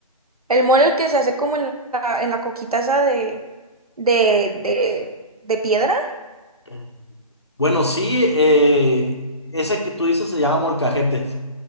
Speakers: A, on the right (about 75°); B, on the left (about 45°).
A: El mole, el que se hace como en la, en la coquita esa de, de, de, de piedra.
B: Eh, Bueno, sí, eh, ese que tú dices se llama molcajete.